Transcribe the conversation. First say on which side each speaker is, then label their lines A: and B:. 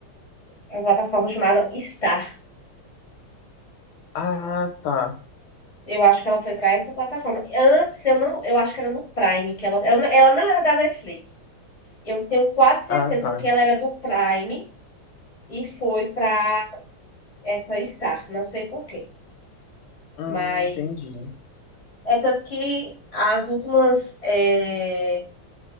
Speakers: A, on the left; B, on the left.
A: uma plataforma chamada Star.
B: Ah, tá.
A: Eu acho que ela foi para essa plataforma. Antes, eu não, eu acho que era no Prime, que ela, ela, não- ela não era da Netflix. Eu tenho quase certeza
B: Ah, tá.
A: que ela era do Prime e foi para essa Star. Não sei por quê,
B: Hum,
A: mas
B: entendi.
A: é tanto que as últimas eh,